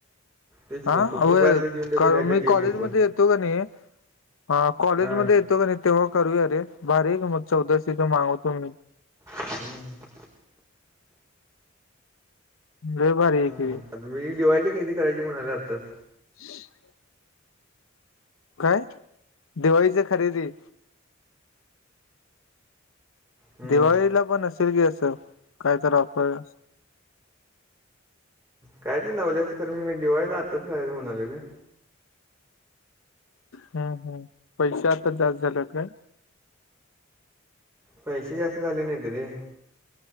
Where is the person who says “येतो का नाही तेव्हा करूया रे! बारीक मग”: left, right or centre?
Left